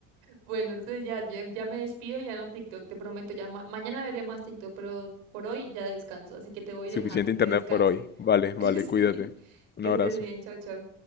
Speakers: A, on the right; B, on the left.
A: Bueno, entonces ya, ya, ya me despido, ya no TikTok, te prometo, ya ma- mañana veré más TikTok, pero por hoy ya descanso, así que te voy
B: Suficiente
A: dejando,
B: internet
A: que descanses.
B: por hoy. Vale, vale,
A: <laughs> Sí,
B: cuídate. Un
A: que
B: abrazo.
A: estés bien, chao, chao.